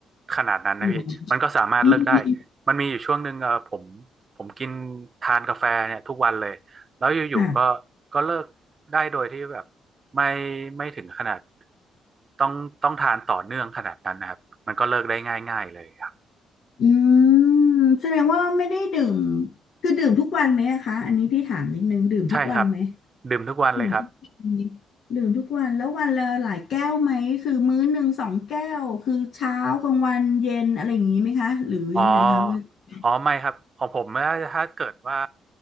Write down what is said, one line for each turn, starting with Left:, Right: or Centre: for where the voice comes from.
Right: ขนาดนั้นนะพี่มันก็สามารถเลิกได้
Left: อืมไม่มี
Right: มันมีอยู่ช่วงหนึ่งเออผมผมกินทานกาแฟเนี่ยทุกวันเลยแล้วอยู่ๆก็
Left: ค่ะ
Right: ก็เลิกได้โดยที่แบบไม่ไม่ถึงขนาดต้องต้องทานต่อเนื่องขนาดนั้นนะครับมันก็เลิกได้ง่ายๆเลยครับ
Left: อืมแสดงว่าไม่ได้ดื่ม คือดื่มทุกวันไหมอะคะอันนี้พี่ถามนิดนึง ดื่มทุกวันไหม
Right: ใช่ครับดื่มทุกวันเลยครับ
Left: ดื่มทุกวันดื่มทุกวัน แล้ววันละหลายแก้วไหมคือมื้อหนึ่งสองแก้วคือเช้ากลางวันเย็นอะไรอย่างนี้ไหมคะ หรือยังไงคะเวลา
Right: อ๋ออ๋อไม่ครับของผมถ้าถ้าเกิดว่า